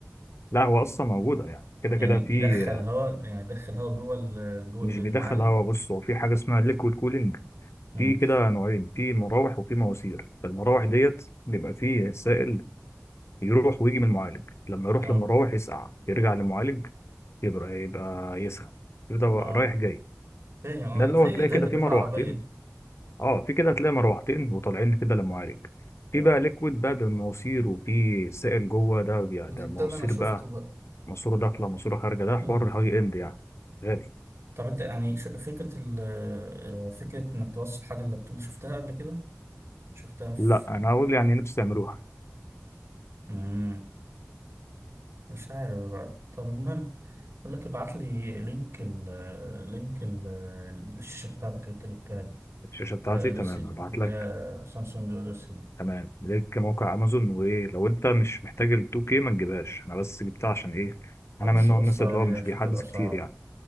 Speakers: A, on the left; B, on the right.
A: لا هو اصلا موجوده يعني
B: <laughs>
A: كده
B: يعني
A: كده في
B: يدخل هوا يعني يدخل هوا جوه ال... <laughs> جوه
A: مش
B: المعالج
A: بيدخل هوا بص هو في حاجه اسمها ليكويد كولينج
B: امم
A: في كده نوعين في مراوح وفي مواسير فالمراوح ديت بيبقى فيه سائل يروح ويجي من المعالج لما يروح
B: اه
A: للمراوح يسقع يرجع للمعالج يبقى يبقى يسخن يبقى رايح
B: اه
A: جاي
B: فاهم اه
A: ده اللي
B: زي
A: هو هتلاقي
B: زي
A: كده
B: تبريد
A: في مروحتين
B: العربية
A: اه في كده هتلاقي مروحتين وطالعين كده للمعالج في
B: اه
A: بقى ليكويد بقى بمواسير وفي سائل جوه ده بي-
B: ده
A: ده مواسير
B: ده اللي انا شفته
A: بقى
B: بقى
A: ماسوره داخله ماسوره خارجه ده حوار
B: امم
A: هاي اند يعني غالي
B: طب انت يعني ش- فكرة ال <laughs> آه، فكرة انك توصل حاجة اللابتوب دي شفتها قبل كده؟ شفتها في
A: لا انا هقول يعني نفسي تعملوها
B: امم مش عارف بقى طب المهم بقول لك ابعت لي لينك ال لينك ال الشاشة بتاعتك اللي انت جبتها لي
A: الشاشه
B: اللي
A: بتاعتي
B: هي اوديسي
A: تمام
B: اللي
A: هبعت لك
B: هي سامسونج اوديسي دي.
A: تمام ليك موقع امازون وايه لو انت مش محتاج ال 2K ما تجيبهاش انا بس جبتها عشان ايه
B: هبص
A: انا من نوع
B: بص
A: الناس
B: عليها
A: اللي هو مش
B: اشوف
A: بيحدث
B: الاسعار
A: كتير يعني